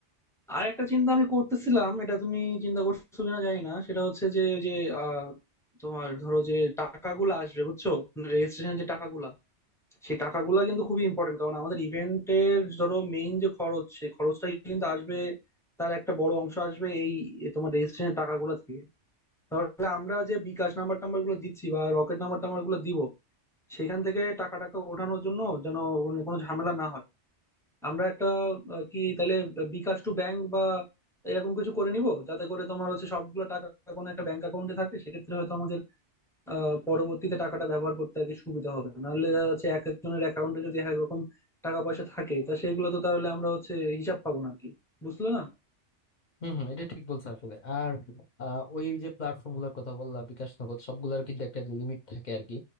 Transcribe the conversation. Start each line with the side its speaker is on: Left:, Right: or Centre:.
Centre: আর একটা চিন্তা আমি করতেছিলাম এটা তুমি চিন্তা করছো কিনা জানি না সেটা হচ্ছে যে যে আহ, তোমার ধরো যে টাকাগুলো আসবে বুঝছো রেজিস্ট্রেশন যে টাকাগুলা সেই টাকাগুলা কিন্তু খুবই ইম্পর্টেন্ট কারণ আমাদের ইভেন্টের ধরো মেইন যে খরচ সেই খরচটাই কিন্তু আসবে তার একটা বড় অংশ আসবে এই তোমার রেজিস্ট্রেশনের টাকাগুলা থেকে তাহলে আমরা যে বিকাশ নাম্বার টাম্বার গুলো দিচ্ছি বা রকেট নাম্বার টাম্বার গুলো দিব সেখান থেকে টাকা টাকা ওঠানোর জন্য যেন মানে কোনো ঝামেলা না হয় আমরা একটা আহ, কি তাহলে বিকাশ টু ব্যাংক বা এরকম কিছু করে নিব যাতে করে তোমার হচ্ছে সবগুলো টাকা কোনো একটা ব্যাংক অ্যাকাউন্টে থাকে সেক্ষেত্রে হয়তো আমাদের আহ পরবর্তীতে টাকাটা ব্যবহার করতে আর কি সুবিধা হবে নাহলে দেখা যাচ্ছে এক একজনের অ্যাকাউন্টে যদি এক এক রকম টাকা পয়সা থাকে তা সেগুলো তো তাহলে আমরা হচ্ছে হিসাব পাবো না আর কি বুঝলে না
Left: হম হম এটা ঠিক বলছো আসলে আর আহ, ওই যে প্ল্যাটফর্ম গুলোর কথা বললাম বিকাশ নগদ সবগুলোর কিন্তু একটা লিমিট থাকে আর কি